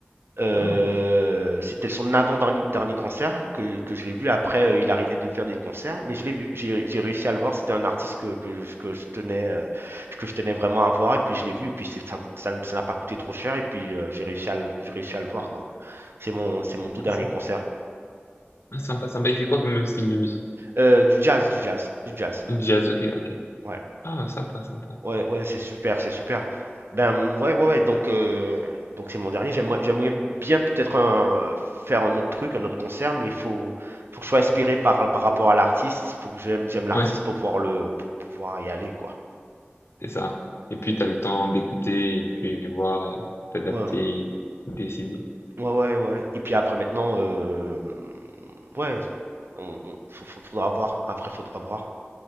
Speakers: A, on the right; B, on the left.
A: Euh,
B: Ah,
A: c'était son avant-dernier dernier concert que, que je l'ai vu. Après, euh, il a arrêté de faire des concerts, mais je l'ai vu. J'ai j'ai réussi à le voir. C'était un artiste que, que, je- que je tenais, euh, que je tenais vraiment à voir. Et puis, je l'ai vu. Et puis, c'est- ça coûte- ça ça n'a pas coûté trop cher. Et puis, euh, j'ai réussi à, le- j'ai réussi à le voir. Donc, c'est mon, c'est mon tout
B: ah,
A: dernier
B: sy-
A: concert.
B: ah, sympa, sympa. Il fait quoi comme style de musique?
A: Euh, du jazz, du jazz, du jazz.
B: Jazz, ok, ok.
A: Ouais.
B: Ah, sympa, sympa.
A: Ouais, ouais, c'est super, c'est super. Ben ouais, ouais, ouais. Donc, euh, donc c'est mon dernier. J'aimerais, j'aimerais bien peut-être un- faire un autre truc, un autre concert, mais il faut, faut que je sois inspiré par, par rapport à l'artiste. Il faut que j'aime, j'aime l'artiste
B: Ouais,
A: pour pouvoir le, pour pouvoir y aller, quoi.
B: c'est ça. Et puis t'as le temps d'écouter, et puis de voir, et t'adapter,
A: Ouais,
B: décider.
A: ouais, ouais, ouais. Et puis après maintenant, euh, ouais, on, on- faut- faut- faudra voir. Après, faudra voir.